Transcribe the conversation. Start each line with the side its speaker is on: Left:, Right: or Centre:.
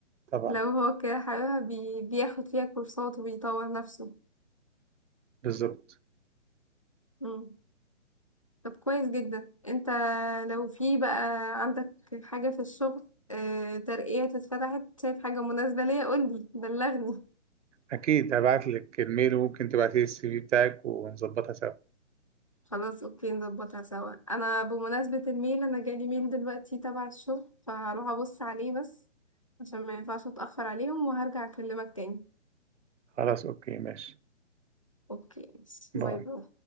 Right: طبعا
Left: لو هو كده حاببها بي... بياخد فيها كورسات وبيطور نفسه
Right: بالظبط
Left: مم. طب كويس جدا انت لو في بقى عندك حاجة في الشغل آه ترقية اتفتحت شايف حاجة مناسبة ليا قولي بلغني
Right: أكيد هبعت لك الميل وممكن تبعتي لي السي في بتاعك ونظبطها سوا
Left: خلاص اوكي نظبطها سوا انا بمناسبة الميل انا جالي ميل دلوقتي تبع الشغل فهروح ابص عليه بس عشان ما ينفعش اتأخر عليهم وهرجع اكلمك تاني
Right: خلاص أوكي ماشي
Left: اوكي
Right: باي
Left: باي باي